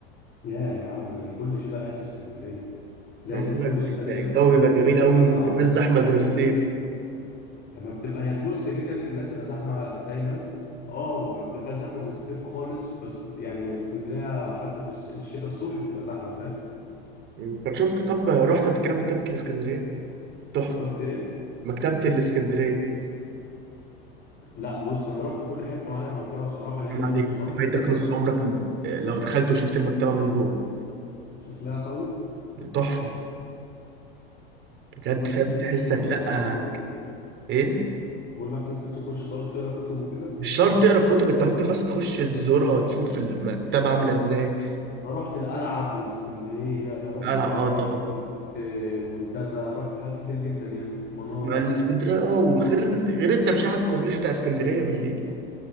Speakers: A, on the left; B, on the right.
A: يا يا عم ده انا كل شتاء قاعد في اسكندريه لازم
B: ما بقول
A: كل
B: لك
A: شتاء ليا
B: الجو
A: اربع خمس
B: بيبقى جميل
A: ايام
B: قوي
A: كده اطلع
B: وما
A: اقعد
B: بتبقاش
A: فيهم
B: زحمه
A: في اسكندريه
B: زي الصيف
A: لما بتبقى هي بص هي كده كده اسكندريه بتبقى زحمه دايما اه ما بتبقاش زحمه زي الصيف خالص بس بت- يعني اسكندريه حتى في الش- الشتاء الصبح بتبقى زحمه فاهم
B: أمم، طب شفت طب رحت قبل كده مكتبه الاسكندريه تحفه
A: رحت ايه
B: مكتبه الاسكندريه
A: لا بص انا رحت كل حته ما عدا المكتبه بصراحه لان
B: حرام عليك
A: انا مش
B: انت
A: غاوي
B: فايتك
A: قرايه
B: نص عمرك لو دخلت وشفت المكتبه من جوه
A: شكلها قوي
B: تحفه بجد
A: ممكن
B: فاهم
A: تخش
B: تحسك
A: تقعد تقرا
B: لا
A: كتب وكده
B: ايه
A: بقول لك ممكن تخش تقعد تقرا كتب وكده
B: مش شرط تقرا كتب انت ممكن بس تخش تزورها وتشوف المكتبه عامله ازاي
A: انا رحت القلعه في الاسكندريه رحت
B: القلعه
A: جليم
B: اه طبعا
A: بيه رحت منتزه رحت حاجات كتير جدا يعني مناره
B: مع الاسكندريه اه وغير غير التمشيه على الكورنيش بتاع اسكندريه بالليل